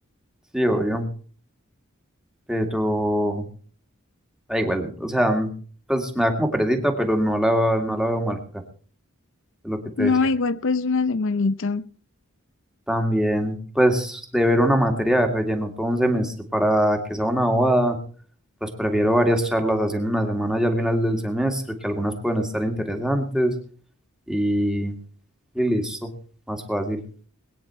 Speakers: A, in the centre; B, on the left.
A: Sí, obvio. Pero da igual, o sea, pues me da como perecita, pero no la, no la veo maluca, es lo que te
B: No,
A: decía.
B: igual pues una semanita
A: También, pues, de ver una materia de relleno todo un semestre para que sea una bobada, pues prefiero varias charlas haciendo una semana ya al final del semestre, que algunas pueden estar interesantes y, y listo, más fácil.